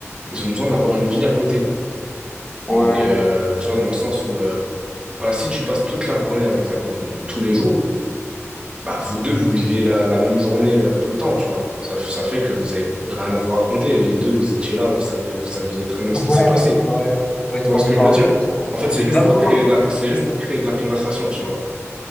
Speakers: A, on the right (about 20°); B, on the left (about 25°).
A: ils ont besoin d'avoir une vie à côté.
B: ouais,
A: Donc, euh, tu vois, dans le sens où, euh, voilà, si tu passes toute la journée avec ta copine, tous les jours, bah, vous deux, vous vivez la, la même journée euh, tout le temps, tu vois. Ça, ça fait que vous avez rien à vous raconter. Les deux, vous étiez là, vous saviez, vous saviez très bien ce
B: ouais,
A: qui s'est passé.
B: ouais, ouais, je
A: Tu
B: comprends,
A: vois ce que je veux dire?
B: ouais, je comprends.
A: En fait, c'est juste
B: La
A: pour
B: maman-
A: créer de la, c'est juste pour créer de la conversation, tu vois.